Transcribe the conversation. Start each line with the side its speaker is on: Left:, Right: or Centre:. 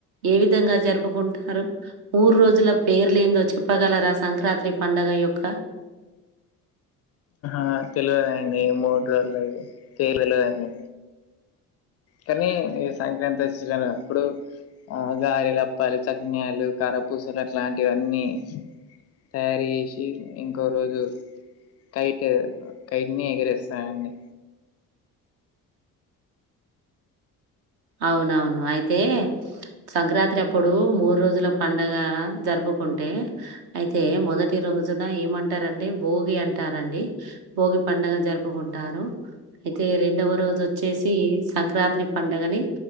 Right: ఏ విధంగా జరుపుకుంటారు మూడు రోజుల పేర్లేందో చెప్ ప్పగలరా సంక్రాంతి పండుగ యొక్క
Left: నాకు తెలివదండి మూడు రోజులు పేరు తెలివదండి కానీ ఈ సంక్రాంతి వచ్చినలు అప్పుడు ఆ గారెలప్పాలు చట్న్లు కరపూసలు అట్లాంటివన్నీ తయారు చేసి ఇంకో రోజు కైట్ కైట్ని ఎగిరేస్తానండి
Right: అవునవును అయితే సంక్రాంతి అప్పుడు మూడు రోజుల పండగ జరుపుకుంటే అయితే మొదటి రోజున ఏమంటారంటే భోగి అంటారండి భోగి పండగ జరుపుకుంటారు అయితే రెండవ రోజు వచ్చేసి సంక్రాంతి పండుగని